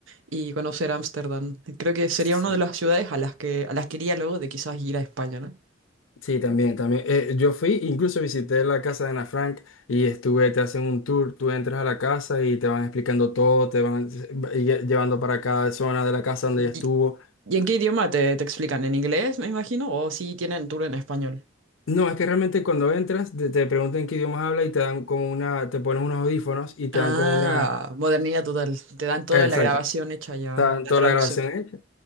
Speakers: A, on the right; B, on the left.
A: Y conocer Ámsterdam. Creo que sería
B: Sí,
A: una de las ciudades a las que, a las que iría luego de quizás ir a España, ¿no?
B: sí, también, también. Eh, yo fui, incluso visité la casa de Ana Frank y estuve, te hacen un tour, tú entras a la casa y te van explicando todo, te van s- lle- llevando para cada zona de la casa donde
A: ¿Y,
B: ella estuvo.
A: y en qué idioma te, te explican? ¿En inglés, me imagino? ¿O si tienen tour en español?
B: No, es que realmente cuando entras te, te preguntan qué idiomas habla y te dan como una, te ponen unos audífonos y te
A: Ah,
B: dan como una...
A: modernidad total, te dan toda
B: Exacto,
A: la grabación hecha ya,
B: está
A: la
B: toda
A: traducción.
B: la grabación hecha.